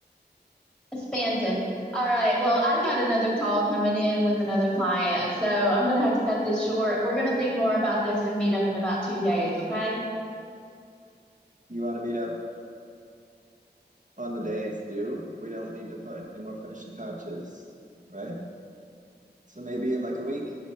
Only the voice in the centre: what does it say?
Spampton. All right. Well, I've got another call coming in with another client. So I'm going to have to cut this short. We're going to think more about this and meet up in about two days. Okay.